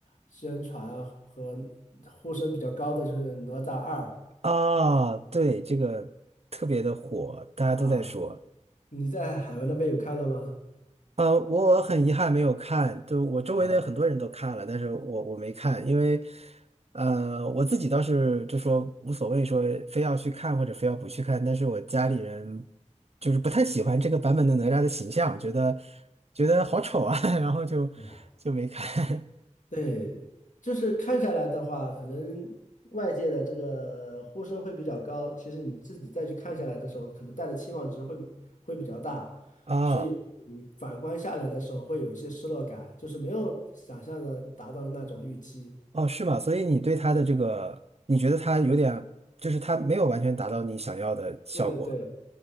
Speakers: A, on the left; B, on the right.
A: 宣传和呼声比较高的就是《哪吒二》
B: 啊，对，这个特别的火，大家都在说。
A: 啊，你在海外那边有看了吗？
B: 呃，我很遗憾没有看，就我周围的很多人都看了，
A: 啊，
B: 但是我我没看，因为，呃，我自己倒是就说无所谓，说非要去看或者非要不去看，但是我家里人就是不太喜欢这个版本的哪吒的形象，觉得觉得好丑啊，<laughs> 然后就就没看
A: 嗯对，就是看下来的话，可能外界的这个呼声会比较高，其实你自己再去看下来的时候，可能带的期望值会会比较大，
B: <laughs> 啊，
A: 所以你反观下来的时候会有一些失落感，就是没有想象的达到那种预期。
B: 哦，是吗？所以你对他的这个，你觉得他有点，就是他没有完全达到你想要的效果
A: 对对对。